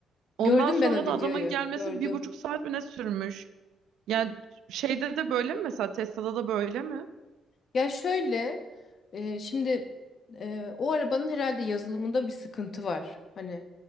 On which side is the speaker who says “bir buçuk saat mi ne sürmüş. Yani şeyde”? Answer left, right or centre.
Right